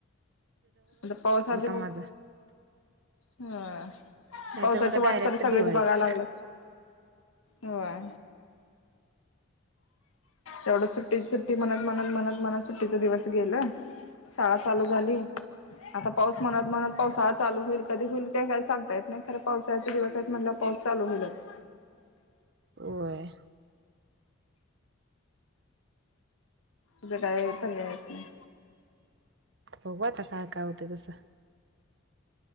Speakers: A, on the left; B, on the right.
A: आता पावसाचे
B: माझं
A: ह
B: नाहीतर
A: पावसाची
B: मग आता
A: वाट
B: डायरेक्ट
A: तर सगळेच
B: दिवाळीच.
A: बघायला लागल होय. एवढं सुट्टी सुट्टी म्हणत म्हणत म्हणत म्हनात सुट्टीचा दिवस गेल. शाळा चालू झाली आता पाऊस म्हणत म्हणत पावसाळा चालू होईल कधी होईल ते काय सांगता येत नाही खर पावसाळचे दिवस आहेत म्हट पास ल होईलच
B: होय
A: तुझं काय पण यायच नाही.
B: बघू आता काय काय होते तसं